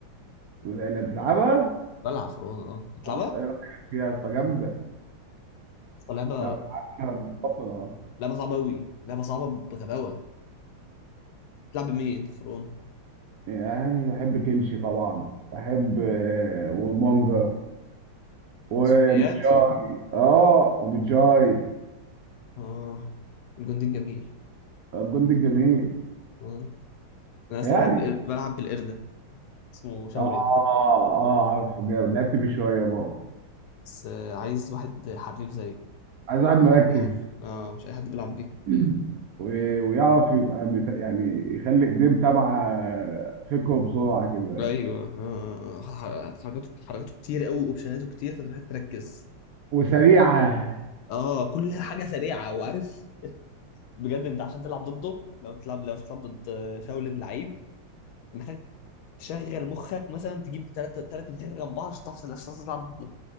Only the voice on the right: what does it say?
اللي بتلعبها
اه ايه رايك فيها يا اسطى جامده
انا بلعبها من فتره
يعني بحب كنشي طبعا بحب آه، ومانجا ومتجاي
اه ومتجاي
الجندي الجميل
يعني
اه اه عارفه جامد لعبت بيه شويه برضه
عايز واحد مركز
<clears throat> و- ويعرف يبقى بتا... يعني يخلي ايديه تبع فكره بسرعه كده
وسريعه